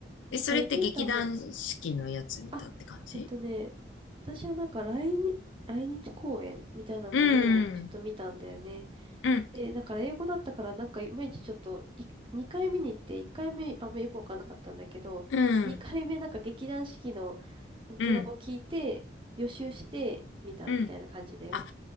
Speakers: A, on the left (about 80°); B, on the right (about 25°).
A: え、
B: なんかエビータも、
A: それって劇団四季のやつ見たって感じ
B: あ、えっとね、私はなんか来日、来日公演みたいなのをちょっと見たんだよね。
A: うん、うん、
B: で、だから英語だったからなんかいまいちちょっとい、2回目に行って、1回目あんまよくわかんなかったんだけど、
A: うん、
B: 2回目なんか劇団四季のサントラを聞いて、
A: うん、
B: 予習して見たみたいな感じだよ。
A: うん。あ、